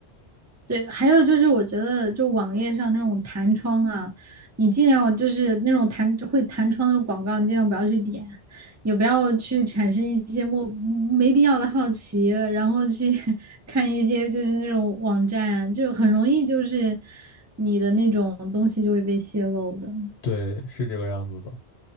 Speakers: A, on the right; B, on the left.
A: 对，还有就是，我觉得就网页上那种弹窗啊，你尽量就是那种弹会弹窗的广告，你尽量不要去点，也不要去产生一些莫没必要的好奇，然后去 <laughs> 看一些就是那种网站，就很容易就是你的那种东西就会被泄露的。
B: 对，是这个样子的。